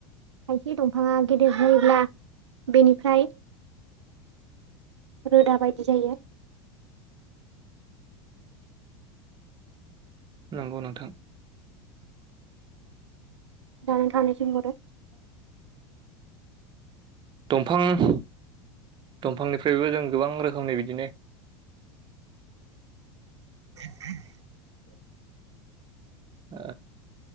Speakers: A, on the right; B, on the right.
A: खायसे दंफाङा गेदिर जौओब्ला बेनिफ्राय रोदा बायदि जायो।
B: नोंगौ नोंथां।
A: <unintelligible>
B: दंफां दंफांनिफ्रायबो जों गोबां रोखोमनि बिदिनो
A: <inaudible>
B: ओ